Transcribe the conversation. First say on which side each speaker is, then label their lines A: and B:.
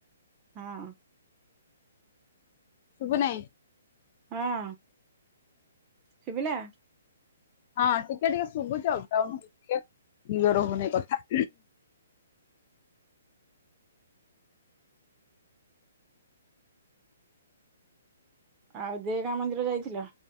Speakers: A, on the right; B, on the left.
A: ହଁ।
B: ସବୁନେଇ।
A: ହଁ। ଶୁବିଲା।
B: ହଁ ଟିକେ ଟିକେ ଶୁବୁଚି ଅବଡାଉନ୍ ହୋଉଚି ଟିକେ କ୍ଲିୟର ହୋଉନେଇ କଥା
A: ଆଉ ଦେଗାଁ ମନ୍ଦିର ଯାଇଥିଲ।